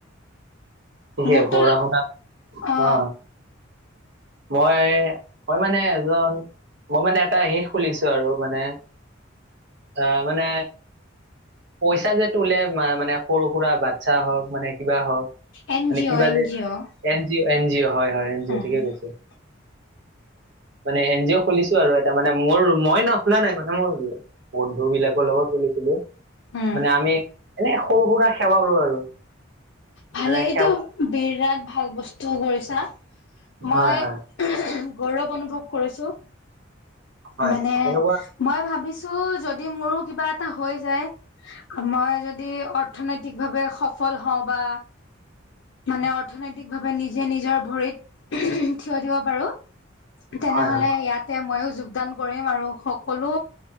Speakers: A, on the right; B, on the left.
A: ঠিকে
B: মোৰতো
A: পঢ়া- শুনা
B: অ
A: আ মই, মই মানে এজন মই মানে এটা হেই খুলিছো আৰু মানে আহ মানে পইচা যে তোলে মানে সৰু সুৰা বাচ্ছা হওক মানে কিবা হওক
B: এন
A: মানে
B: জি
A: কিবা
B: অ' এন
A: যে
B: G O
A: N G O -N G O হয়', হয় ', এন জি
B: উম
A: অ' ঠিকে কৈছে।
B: <inaudible>
A: মানে এন জি অ' খুলিছো আৰু এটা মানে মোৰ মই ন' খোলা নাই মানে মোৰ বন্ধু বিলাকৰ লগত <unintelligible>
B: উম
A: মানে আমি এনে সৰু সুৰা সেৱা কৰো আৰু।
B: ভালে
A: মানে
B: এইটো
A: সেৱা
B: বিৰাট ভাল বস্তু কৰিছা মই
A: হয় হয়
B: গৌৰৱ অনুভৱ কৰিছো।
A: হয়
B: মানে
A: এনেকুৱা
B: মই ভাবিছো ছো যদি মোৰো কিবা এটা হৈ যায় মই যদি অৰ্থনৈতিক ভাৱে সফল সফল হওঁ বা মানে অৰ্থনৈতিক ভাৱে নিজে নিজৰ ভৰিত থিয় দিব পাৰো তেনেহলে
A: হয় হয়
B: ইয়াতে ময়ও যোগদান কৰিম আৰু সকলো